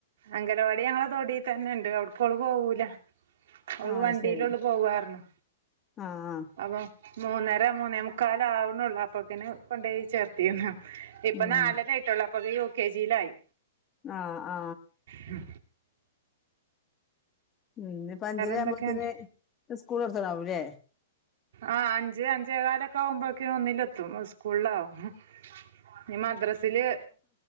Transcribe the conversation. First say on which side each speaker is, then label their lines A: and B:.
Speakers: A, on the right; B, on the left.
A: അംഗലവാടി ഞങ്ങളെ തൊടീതന്നെണ്ട് അട്ക്കോള് പോവൂല ഓള്
B: ആ അത്
A: വണ്ടീ
B: ശരി
A: <unintelligible> പോവാർന്നു
B: ആ ആ
A: അപ്പൊ മൂന്നര മൂന്നേമുക്കാലാവ്ണൊള്ളൂ അപ്പൊക്ക്ന് കൊണ്ടോയി ചേർത്തീണ്. ഇപ്പൊ
B: ഉം
A: നാലരായിട്ടൊള്ളു അപ്പോക്ക് യു കെ ജി യിലായി.
B: ആ ആ
A: മ്
B: ഉം ഇനിപ്പോ അഞ്ചരാവുമ്പോത്ത്ന്
A: എന്തൊക്കെയുണ്ട്
B: സ്കൂള് ചേർത്താനാവൂല്ലേ.
A: ആഹ് അഞ്ച് അഞ്ചേ കാലൊക്കെ ആവുമ്പോക്ക് ഒന്നിലെത്തും സ്കൂളാവും. ഇനി മദ്രസില്